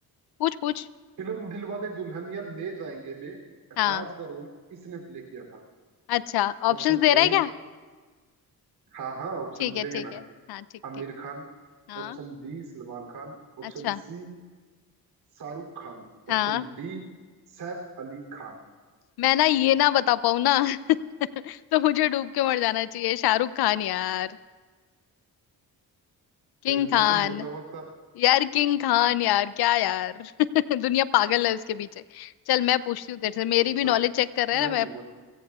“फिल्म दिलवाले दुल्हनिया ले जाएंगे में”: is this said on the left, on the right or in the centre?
Right